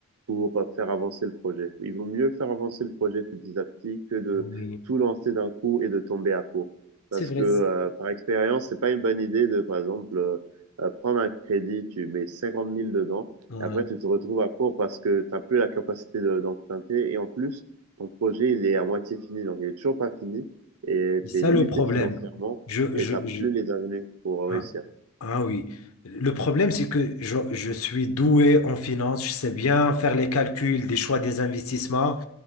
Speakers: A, on the right (about 80°); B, on the left (about 70°).
A: pour euh, faire avancer le projet. Il vaut mieux faire avancer le projet petit à petit que de
B: Oui,
A: tout lancer d'un coup et de tomber à court. Parce
B: c'est vrai.
A: que euh, par expérience, c'est pas une bonne idée de par exemple euh, euh, prendre un crédit, tu mets 50 000 dedans
B: Hein,
A: après, tu te retrouves à court parce que tu n'as plus la capacité de- d'emprunter. Et en plus, ton projet, il est à moitié fini. Donc, il est toujours pas fini. Et
B: c'est ça
A: tu es limité
B: le problème.
A: financièrement
B: Je,
A: et
B: je,
A: tu n'as plus
B: je-
A: les avenues pour réussir.
B: ah, ah oui. Le problème, c'est que je, je suis doué en finance, je sais bien faire les calculs des choix des investissements